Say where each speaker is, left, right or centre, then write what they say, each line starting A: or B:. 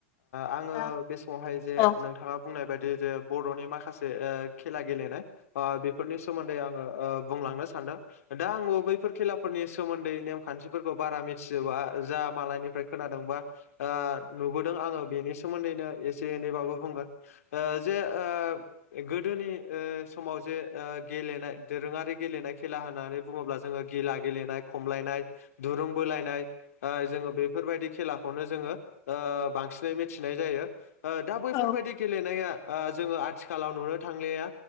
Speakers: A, on the left; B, on the left.
A: आङो
B: औ
A: बे समावहाय जे
B: औ
A: नोंथाङा बुंनाय बायदि जे बर'नि माखासे ओ खेला गेलेनाय अ बेफोरनि सोमोन्दै आङो ओ बुंलांनो सान्दों। दा आंबो बैफोर खेलाफोरनि सोमोन्दै नेमखान्थिफोरखौ बारा मिथिजोबा जा मालाय निफ्राय खोनादोंबा नुबोदों आङो बेनि सोमोन्दैनो एसे एनैबाबो बुंगोन। ओ जे ओ गोदोनि ओ समाव जे गेलेनाय दोरोङारि गेलेनाय खेला होननानै बुङोब्ला जोङो गेला गेलेनाय खमलायनाय दुरुं बोलायनाय जोङो बे फोरबायदि खेलाखौनो जोङो बांसिनै मिथिनाय जायो दा बैफोरबायदि
B: औ
A: गेलेनाया जोङो आथिखालाव नुनो थांनाया